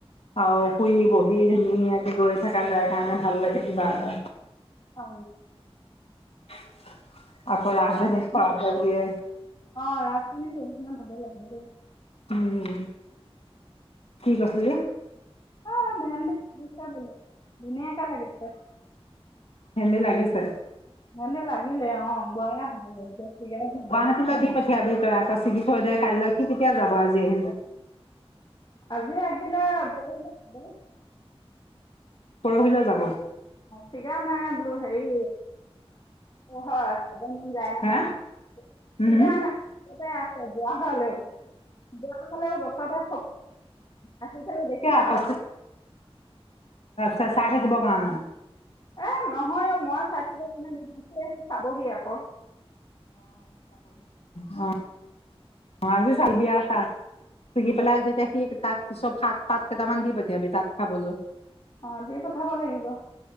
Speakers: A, on the left (about 75°); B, on the left (about 45°).
A: আৰু ফুৰি বহি ধুনীয়াকৈ গৈ থকা যায় কাৰণে ভাল লাগে কিবা এটা।
B: অ
A: <inaudible> আকৌ ৰাজধানী পাওঁতে? ইয়ে।
B: অ ৰাজথানি তেৰেন খন থাকিব লাগিব দেহ।
A: উম কি কৈছিলি?
B: অ ভেন দে বা বোলে ধুনীয়াকে লাগে। ত
A: ভেন্দি লাগিছে?
B: ভেন্দি লাগে। লাগিলে অ বোৱাৰ আহা নি।
A: গুৱাহাটীলৈ দি পঠিয়াবি তই আকৌ চিকিৎসয় দে কাইলৈ সি কেতিয়া যাবি আজি আহিলে।
B: আজি আহিলা পাৰিলে হলে
A: পৰহিলৈ যাব।
B: চিগা নাই বলো হেৰি হয় চাবৰ মন যায় নহয়
A: হা উম
B: চিগা
A: হম
B: নাইছতে আছে বোৱা হলেও বোৱা হলেও গছতে আহি পেলাই দেখিলে
A: কিয় আকৌ
B: ভাল প
A: তই চাই থাকিব কাৰণে
B: এ নহয় অ মই চাই থাকিব কাৰণে নহয়। হেঁতি চাবহি আক
A: হ আজি চাম দিয়া। ছিগি পেলাই যেতিয়া সি তাক চব শাক পাত কেইটামান দি পঠিয়াবি তাত খাবলৈ
B: অ দি পঠাব লাগিব